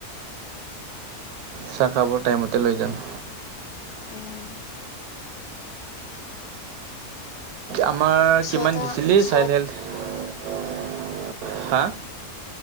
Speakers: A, on the right (about 85°); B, on the left (about 80°).
A: চাহ খাবৰ টাইমতে লৈ যাম।
B: উম।
A: আমাৰ
B: ছটা
A: কিমান দিছিলি,
B: ছ
A: চাইনে <unintelligible> হা!